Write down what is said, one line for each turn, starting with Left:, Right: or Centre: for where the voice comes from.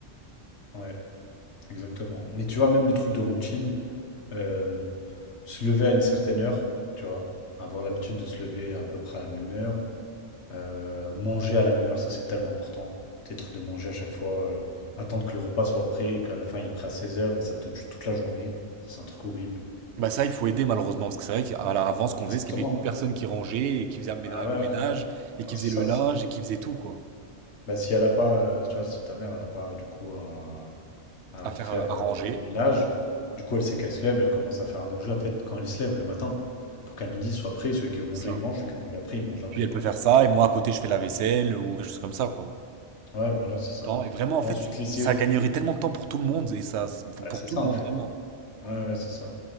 Left: ouais. Exactement. Mais tu vois, même le truc de routine, euh, se lever à une certaine heure, tu vois, avoir l'habitude de se lever à peu près à la même heure, euh, manger à la même heure, ça c'est tellement important. Peut-être de manger à chaque fois, euh, attendre que le repas soit prêt et qu'à la fin il est prêt à seize heures et ça te tue toute la journée. Ça, C'est un truc horrible.
Right: Bah ça, il faut aider malheureusement, parce que c'est vrai qu'à l'avance, ce qu'on
Left: Exactement.
Right: faisait, c'est qu'il y avait une personne qui rangeait et qui faisait le ménage
Left: Ah ouais, ouais. ouais.
Right: et qui
Left: Non, C'est
Right: faisait
Left: ça,
Right: le linge
Left: c'est ça.
Right: et qui faisait tout, quoi.
Left: Bah, si elle a pas, euh, tu vois, si ta mère, elle a pas du coup à, à
Right: À faire,
Left: faire
Right: euh, à
Left: euh,
Right: ranger,
Left: le ménage, du coup, elle sait qu'elle se lève, elle commence à faire à manger en fait quand elle se lève le matin, pour qu'à midi ce soit prêt. Celui qui veut manger,
Right: ça.
Left: il mange, celui qui veut manger après, il mange
Right: Et
Left: après,
Right: puis elle
Left: quoi.
Right: peut faire ça et moi à côté, je fais la vaisselle ou quelque chose comme ça, quoi.
Left: Ouais, voilà, c'est ça.
Right: temps et vraiment, en
Left: Pour
Right: fait,
Left: ensuite laisser.
Right: ça gagnerait tellement de temps pour tout le monde et ça,
Left: Bah,
Right: pour
Left: c'est
Right: tout
Left: ça
Right: le
Left: en
Right: monde,
Left: fait.
Right: vraiment.
Left: Ouais, ouais, c'est ça.